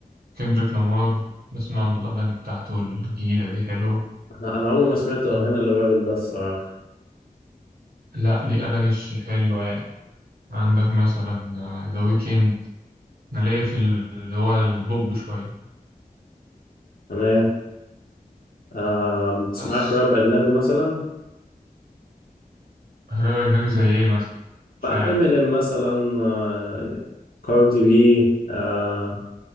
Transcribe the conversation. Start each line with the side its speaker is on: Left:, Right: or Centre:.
Right: كندريك لامار بسمع له الأغاني بتاعته الجديدة دي حلوة
Left: أنا أنا عمري ما سمعت أغاني
Right: عن-
Left: للراجل ده الصراحة
Right: لا ليه أغاني ش- حلوة يعني عندك مثلا ذا ويكند أنا ليا في ال- اللي هو البوب شوية
Left: تمام آه ما بتسمعش
Right: بس
Left: راب أجنبي مثلا؟
Right: راب أجنبي زي إيه مثلا مش
Left: مع
Right: عارف
Left: إمينيم مثلا آه كاردي بي آه